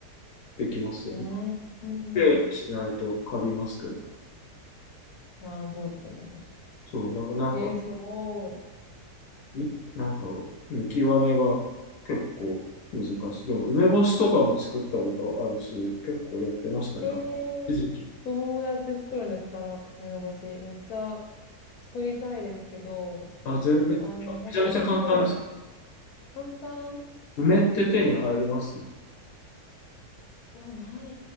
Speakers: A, on the left (about 80°); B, on the left (about 70°).
A: できますよ。
B: い。うーん、うん。
A: きれいにしないとカビますけど。
B: なあ、そうですよね、確か
A: そう、だからなんか、
B: に。えー、すごい。
A: み、なんか、見極めが結構難しい。でも、梅干しとかも作ったことあるし、結構やってましたね。
B: え
A: 一時期。
B: えどうやって作るんですかな、梅干し。めっちゃ作りたいですけど、
A: あ、ぜめ、め
B: あの、もともとは、
A: ちゃめちゃ簡単です。
B: 簡単
A: 梅って手に入ります
B: いや、ない。